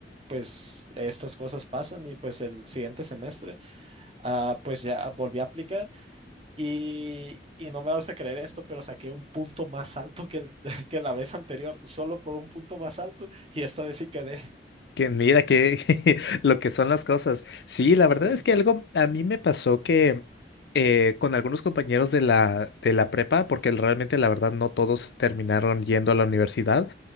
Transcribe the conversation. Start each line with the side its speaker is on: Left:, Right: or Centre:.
Right: pues estas cosas pasan y pues el siguiente semestre ah, pues ya volví a aplicar y, y no me vas a creer esto, pero saqué un punto más alto que, el, <laughs> que la vez anterior, solo por un punto más alto y esta vez sí quedé.
Left: Que mira que <laughs> lo que son las cosas. Sí, la verdad
Right: <laughs>
Left: es que algo a mí me pasó que eh, con algunos compañeros de la de la prepa, porque realmente la verdad no todos terminaron yendo a la universidad,